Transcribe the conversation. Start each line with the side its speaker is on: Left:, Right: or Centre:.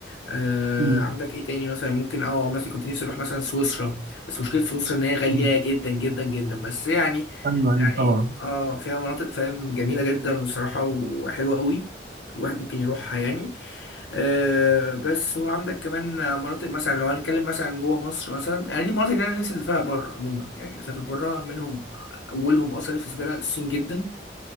Left: آه
Right: مم.
Left: عندك ايه تاني مثلا ممكن اه مثلا كنت نفسي اروح مثلا سويسرا بس مشكله سويسرا ان هي غاليه
Right: مم.
Left: جدا جدا جدا بس يعني
Right: أيوه
Left: يعني
Right: أيوه طبعا
Left: اه فيها مناطق فاهم جميله جدا وصراحه وحلوه قوي الواحد ممكن يروحها يعني آه بس وعندك كمان مناطق مثلا لو هنتكلم مثلا جوه مصر مثلا يعني دي المناطق اللي انا نفسي اسافرها بره عموما يعني اسافر بره منهم اولهم اصلا نفسي اسافرها الصين جدا